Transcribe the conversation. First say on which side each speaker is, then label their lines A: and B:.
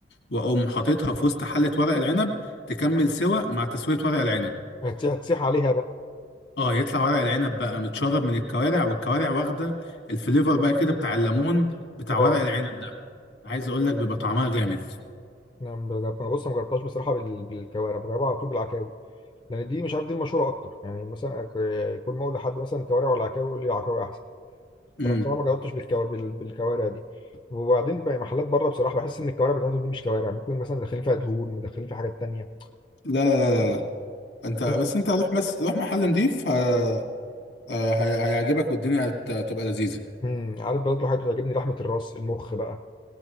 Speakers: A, on the left; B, on the left.
A: واقوم حاططها في وسط حله ورق العنب تكمل سوا مع تسويه ورق العنب
B: هتسيح هتسيح عليها بقى
A: اه يطلع ورق العنب بقى متشرب من الكوارع والكوارع واخده الفليفر بقى كده بتاع الليمون بتاع
B: اه
A: ورق العنب ده عايز اقول لك بيبقى طعمها جامد
B: انا بجرب- انا بص ما جربتهاش بصراحه بال- بالكوارع بجربها على طول بالعكاوي لان دي مش عارف دي المشهوره اكتر يعني مثلا أك- كل ما اقول لحد مثلا كوارع ولا عكاوي يقول لي عكاوي احسن
A: امم
B: فانا بصراحه ما جربتش بالكو... بال- بالكوارع دي وبعدين بقى محلات بره بصراحه بحس ان الكوارع بتاعتهم دي مش كوارع ممكن مثلا مدخلين فيها دهون مدخلين فيها حاجات تانيه
A: لا لا لا لا لا انت بس
B: ممكن
A: انت روح بس روح محل نضيف ه... آه، ه... هيعجبك والدنيا هت- هتبقى لذيذة
B: امم عارف برضه حاجات بتعجبني لحمه الراس المخ بقى